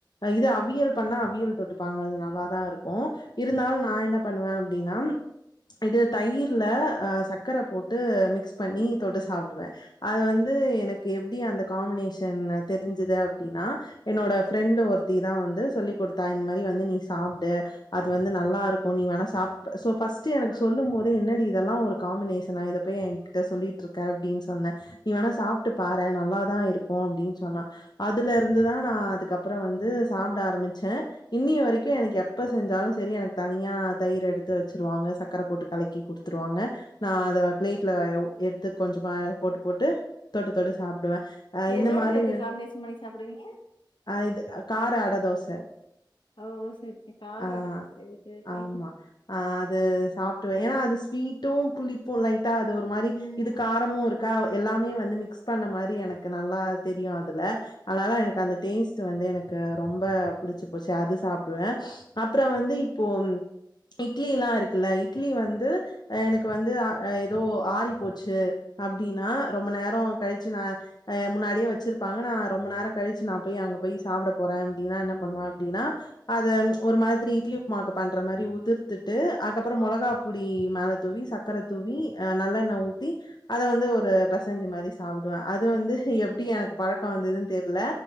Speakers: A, on the left; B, on the left.
A: இது அவியல் பண்ணா அவியல் தொட்டுப்பாங்க அது நல்லா தான் இருக்கும் இருந்தால
B: ம்.
A: நான் என்ன பண்ணுவேன் அப்படின்னா இது தயிர்ல சர்க்கரை போட்டு மிக்ஸ் பண்ணி தொட்டு சாப்பிடுவேன் அது வந்து எனக்கு எப்டி அந்த காம்பினேஷன் தெரிஞ்சுது அப்படின்னா என்னோட ஃப்ரெண்ட் ஒருத்திதான் வந்து சொல்லி கொடுத்தா இது மாதிரி வந்து நீ சாப்பிடு அது வந்து நல்லா இருக்கும் நீ வேணா ஃபர்ஸ்ட் எனக்கு சொல்லும் போதே என்னடி இதெல்லாம் ஒரு காம்பினேஷனா இத போய் என்கிட்ட சொல்லிட்டு இருக்க அப்படின்னு சொன்ன நீ வேணா சாப்புட்டு பாறேன் நல்ல தான் இருக்கும் அப்படின்னு சொன்னா அதுல இருந்துதான் நான் அதுக்கப்புறம் வந்து சாப்பிட ஆரம்பிச்சேன் இன்னி வரைக்கும் எனக்கு எப்ப செஞ்சாலும் சரி எனக்கு தனியா தயிரை எடுத்து வச்சிருவாங்க சர்கக்கரை போட்டு கலக்கி குடுத்துருவாங்க நான் அத பிளேட்ல எடுத்து கொஞ்சமா போட்டு போட்டு தொட்டு தொட்டு சாப்பி டுவேன் இந்த
B: எதோட
A: மாதிரி்
B: சேர்த்து காம்பினேஷன் பண்ணி சாப்பிடுவீங்க?
A: இது கார அட தோசை
B: ஓ! சரி, சரி. கார
A: ஆஹ
B: அட தோசை. Okay, okay.
A: ஆமா ஆஹ அது சாப்பிட்டுவேன் ஏன்னா அது ஸ்வீட் டோம் புலளிப்பும் லைட் டா அது ஒரு மாதிரி
B: ம்.
A: இது காரமும் இருக்கா எல்லாமே வந் மிஸ் பண்ண மாதிரி எனக்கு நல்ல தெரியும் அதுல அதனால எனக்கு அந்த டேஸ்ட் வந்து எனக்கு ரொம்ப புடிச்சு போச்சு அது சாப்பிடுவேன் அப்புறம் வந்து இப்போ இட்லி எல்லாம் இருக்குல்ல இட்லி வந்து எனக்கு வந்து ஏதோ ஆறி போச்சு அப்படின்னா ரொம்ப நேரம் கழிச்சு நான் முன்னாடியே வச்சிருப்பாங்க நான் ரொம்ப நேரம் கழிச்சு நான் போய் அங்க போய் சாப்பிட போறேன் அப்படின்னா என்ன பண்ணுவேன் அப்படின்னா அத ஒரு மாதிரி இட்லி உப்புமாக்கு பண்ற மாதிரி உதிர்த்துட்டு அதுக்கப்புறம் மிளகா பொடி மேல தூவி சர்க்கரை தூவி நல்லெண்ணெய் ஊத்தி அதை வந்து ஒரு பெசஞ்ச மாதிரி சாப்பிடுவேன் அது வந்து எப்படி எனக்கு பழக்கம் வந்ததுன்னு தெரியல